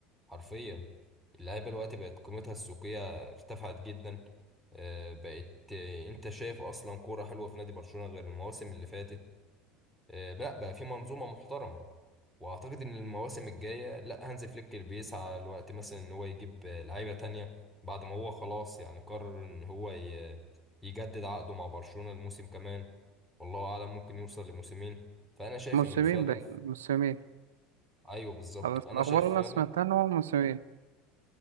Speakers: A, in the centre; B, on the right (about 85°).
A: حرفيا اللعيبه دلوقتي بقت قيمتها السوقيه ارتفعت جدا آه، بقت آه، انت شايف اصلا كوره حلوه في نادي برشلونه غير المواسم اللي فاتت آه، لا بقى في منظومة محترمة واعتقد ان المواسم الجاية لا هانز فليك اللي بيسعى الوقت مثلا ان هو يجيب آه، لعيبة تانية بعد ما هو خلاص يعني قرر ان هو ي- يجدد عقده مع برشلونة الموسم كمان والله اعلم ممكن يوصل لموسمين فانا شايف
B: موسمين
A: ان فعلا
B: باين موسمين
A: ايوه بالظبط
B: على بس
A: انا
B: الأخبار
A: شايف
B: اللي
A: فعلا
B: أنا سمعتها إن هو موسمين